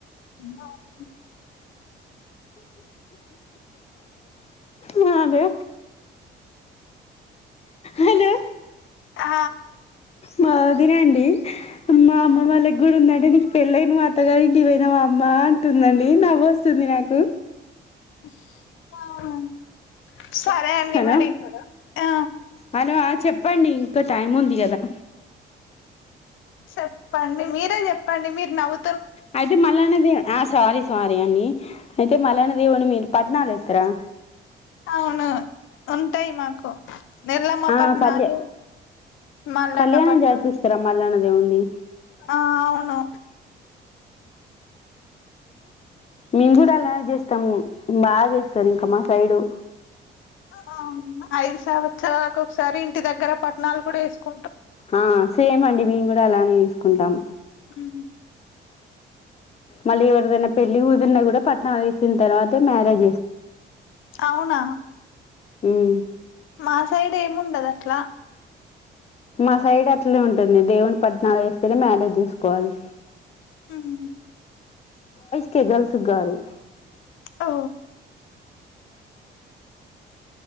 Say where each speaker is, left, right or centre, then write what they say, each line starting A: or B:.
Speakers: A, on the left (about 80°); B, on the left (about 30°).
A: <unintelligible>
B: మాదే హలో
A: ఆ
B: మా వదిన అండి మా అమ్మ వాళ్ళకి కూడా ఉందంటే నీకు పెళ్ళనా మా అత్తగారి ఇంటి కి పోయినా మా అమ్మ అంటు <unintelligible> నవ్వు వస్తుంది నాకు
A: <unintelligible> అండి
B: హలో
A: మరి ఆ
B: హలో ఆ చెప్పండి ఇంకా టైం ఉంది కదా
A: చెప్పండి మీరే చెప్పండి మీరు నవ్వు
B: అయితే మల్ల నది అ సారీ సారీ అండి అయితే మల్లన దేవుని మీరు పద్నాలు ఇస్తార
A: అవును ఉంటయి మాకు నెల్లమ్మ
B: ఆ
A: పట్నాడు
B: కళ్యా
A: మల్లన్న
B: కళ్యాణం
A: పట్నా
B: జరిపిస్తారా మల్లన్న దేవుంది
A: ఆ అవును
B: మేము కూడ అలానే చేస్తాం బాగ చేస్తారు ఇంకా మా సైడు
A: ఆ ఐదు సంవత్సరాలకు ఒకసారి ఇంటి దగ్గర పట్టణాలు కూడ వేసుకుంటాం
B: ఆ సేమ్ అండి మేము కూడ అలానే చేసుకుంటాం
A: ఉమ్
B: మళ్ళీ ఎవరిదైనా పెళ్లి కుదురిన కూడా పట్టణాలు వేసిన తర్వాత మ్యారజ
A: అవున
B: ఉమ్.
A: మా సైడ్ ఏముండదా ట్ల
B: మా సైడ్ అట్లే ఉంటది దేవుని పట్నాలు వేస్తేనే మ్యారేజ్ చేసుకోవాలి
A: ఉహు
B: కె గల్సు గారు
A: ఓ